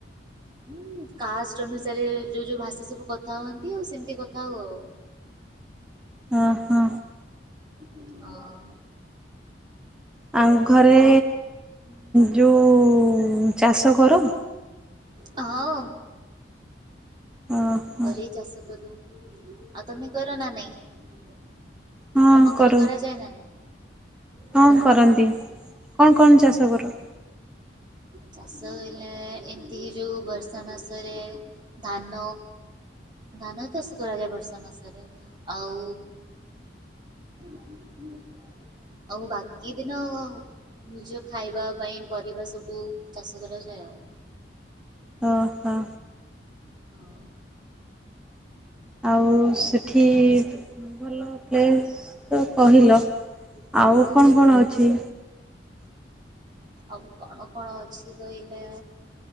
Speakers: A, on the right; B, in the centre.
A: ହୁଁ କାଷ୍ଟ ଅନୁସାରେ ଯୋଉ ଯୋଉ ଭାଷା ସବୁ କଥା ହୁଅନ୍ତି, ଆଉ ସେମିତି କଥା ହଉ ଆଉ।
B: ଓ ହୋ।
A: ହଁ।
B: ଆଉ ଘରେ ଯୋଉ ଚାଷ କର?
A: ହଁ।
B: ଓହୋ
A: ଘରେ ଚାଷ କରୁ ।ଆଉ ତମେ କର ନା ନାହିଁ? ତମ
B: ହଁ କରୁ
A: ଘରେ କରା ଯାଏ ନା ନାଇଁ?
B: ହଁ
A: ଆଚ୍ଛା।
B: କରନ୍ତି କଣ କଣ ଚାଷ କର।
A: ଚାଷ ହେଲେ ଏମିତି କି ଯେଉଁ ବର୍ଷା ମାସରେ ଧାନ ଧାନ ଚାଷ କରାଯାଏ ବର୍ଷା ମାସରେ ଆଉ <inaudible> ଆଉ ବାକି ଦିନ ନିଜ ଖାଇବା ପାଇଁ ପରିବା ସବୁ ଚାଷ କରାଯାଏ ଆଉ।
B: ଓ ହ।
A: ହଁ।
B: ଆଉ ସେଠି ଭଲ ପ୍ଲେସ୍ ତ କହିଲ। ଆଉ
A: ହୁଁ
B: କଣ କଣ ଅଛି?
A: ଆଉ କଣ କଣ ଅଛି କହିଲେ?